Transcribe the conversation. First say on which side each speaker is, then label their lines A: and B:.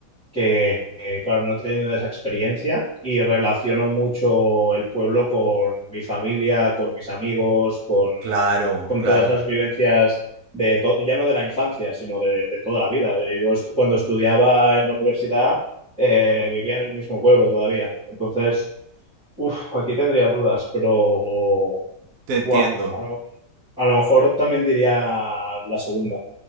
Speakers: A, in the centre; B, on the right.
A: que, eh, claro, no he tenido esa experiencia y relaciono mucho el pueblo con mi familia, con mis amigos, con,
B: Claro,
A: con
B: claro,
A: todas las vivencias de todo, ya no de la infancia, sino de, de toda la vida. Yo estu- cuando estudiaba en la universidad eh, vivía en el mismo pueblo todavía. Entonces, uff, aquí tendría dudas, pero
B: te entiendo.
A: buah, a lo, a lo mejor también diría la segunda.